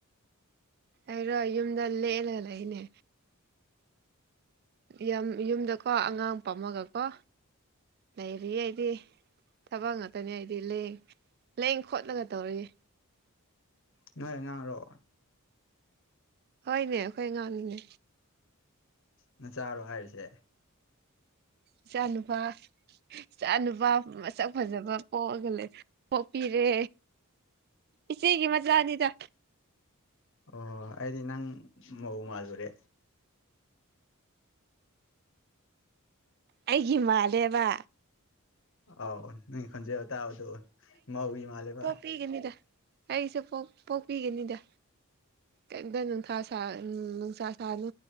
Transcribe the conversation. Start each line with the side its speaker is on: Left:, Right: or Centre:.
Right: ꯑꯩꯔꯣ ꯌꯨꯝꯗ ꯂꯦꯛꯂꯒ ꯂꯩꯅꯦ ꯌꯥꯝ ꯌꯨꯝꯗꯀꯣ ꯑꯉꯥꯡ ꯄꯝꯃꯒꯀꯣ ꯂꯩꯔꯤ ꯑꯩꯗꯤ ꯊꯕꯛ ꯉꯥꯛꯇꯅꯤ ꯑꯩꯗꯤ ꯂꯦꯡ- ꯂꯦꯡ ꯈꯣꯠꯂꯒ ꯇꯧꯔꯤꯌꯦ
Left: ꯅꯣꯏ ꯑꯉꯥꯡꯔꯣ
Right: ꯍꯣꯏꯅꯦ ꯑꯩꯈꯣꯏ ꯑꯉꯥꯡꯅꯤꯅꯦ
Left: ꯅꯆꯥꯔꯣ ꯍꯥꯏꯔꯤꯁꯦ
Right: ꯏꯆꯥꯅꯨꯄꯥ ꯏꯆꯥꯅꯨꯄꯥ ꯃꯁꯛ ꯐꯖꯕ ꯄꯣꯛꯑꯒ ꯄꯣꯛꯄꯤꯔꯦ ꯏꯆꯦꯒꯤ ꯃꯆꯥꯅꯤꯗ
Left: ꯑꯣ ꯑꯩꯗꯤ ꯅꯪ ꯃꯧ ꯃꯥꯥꯜꯂꯨꯔꯦ
Right: ꯑꯩꯒꯤ ꯃꯥꯜꯂꯦꯕ
Left: ꯑꯥꯎ ꯅꯪ ꯈꯣꯟꯖꯦꯜ ꯇꯥꯕꯗꯣ ꯃꯧꯒꯤ ꯃꯥꯜꯂꯦꯕ
Right: ꯄꯤꯒꯅꯤꯗ ꯑꯩꯁꯨ ꯄꯣꯛꯄꯤꯒꯅꯤꯗ ꯀꯩꯝꯇ ꯅꯨꯡꯊꯥ ꯁꯥ ꯎꯝ ꯅꯨꯡꯁꯥ ꯁꯥꯅꯨ